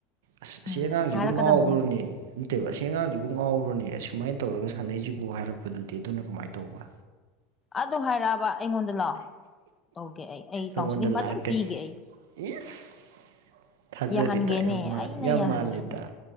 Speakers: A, on the right; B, on the left.
A: ꯑꯁ ꯑꯁꯤ
B: ꯎꯝ
A: ꯑꯉꯥꯡꯖꯤꯕꯨ
B: ꯍꯥꯏꯔꯛꯀꯗꯕꯅꯤ
A: ꯉꯥꯎꯕ꯭ꯔꯨꯅꯦ ꯅꯠꯇꯦꯕ ꯑꯁꯤ ꯑꯉꯥꯡꯖꯤꯕꯨ ꯉꯥꯎꯕ꯭ꯔꯅꯦ ꯑꯁꯨꯃꯥꯏꯅ ꯇꯧꯔꯒ ꯁꯥꯟꯅꯩꯖꯤꯕꯣ ꯍꯥꯏꯔꯛꯄꯗꯨꯗꯤ ꯑꯗꯨꯅ ꯀꯃꯥꯏꯅ ꯇꯧꯕ
B: ꯑꯗꯨ ꯍꯥꯏꯔꯛꯑꯕ ꯑꯩꯉꯣꯟꯗ ꯂꯣ ꯇꯧꯒꯦ ꯑꯩ ꯑꯩ
A: ꯅꯪꯉꯣꯟꯗ
B: ꯀꯥꯎꯟꯁꯤꯂꯤꯡ
A: ꯂꯥꯛꯑꯀꯩ
B: ꯐꯖꯅ ꯄꯤꯒꯦ ꯑꯩ
A: ꯏꯁ <inaudible> ꯊꯥꯖꯔꯤꯗ
B: ꯌꯥꯍꯟꯒꯦꯅꯦ
A: ꯌꯥꯝ
B: ꯑꯩꯅ
A: ꯌꯥꯝ
B: ꯌꯥꯍꯟꯒꯦꯅꯦ
A: ꯃꯥꯜꯂꯤꯗ